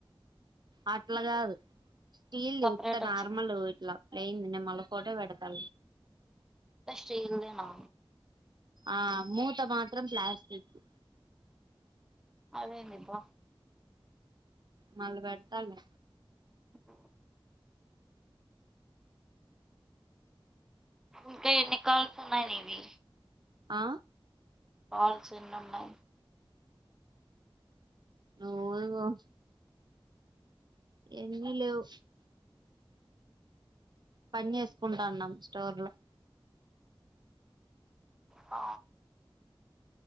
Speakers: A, on the right; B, in the centre.
A: అట్లా కాదు స్టీల్ది
B: సపరేట్
A: ఉత్త
B: వచ్చింది
A: నార్మల్ ఇట్లా ప్లేయిన్ నేను మళ్ళా పోటో పెడతా
B: అంతా స్టీల్ దేనా
A: ఆ మూత మాత్రం ప్లాస్టికు
B: అదేంది అబ్బా
A: మల్లా పెడతాలే.
B: <inaudible> ఇంకా ఎన్ని కాల్స్ ఉన్నయి నీవి.
A: ఆ
B: కాల్స్ ఎన్నున్నయి.
A: ఓ <unintelligible> ఎన్నిలేవు. పని చేసుకుంటాన్నాం స్టోర్ లో.
B: ఆ